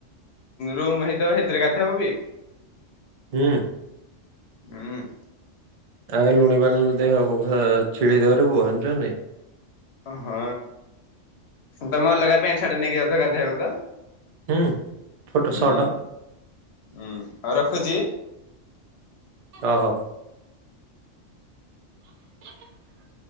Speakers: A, on the left; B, on the right.
A: ରୁମ ହେଇଥବ ସେଇଥିରେ ଗାଧେଇବ ବି।
B: ହୁଁ।
A: ଉଁ।
B: ଆଉ ଲୁଣି ପାଣିରେ ଦେହ ଛିଡେଇ ଦବରେ ପୁଅ ଜାଣିଚୁ ନାଇଁ?
A: ହଁ ତମେ ଅଲଗା ପ୍ୟାଣ୍ଟ, ସାର୍ଟ ନେଇକି ଯାଉଥିବ ଗାଧେଇବାକୁ ତ?
B: ହୁଁ ଛୋଟ
A: ହୁଁ,
B: ସଟ
A: ଉଁ ହଉ ରଖୁଛି।
B: ଓହୋ। <unintelligible>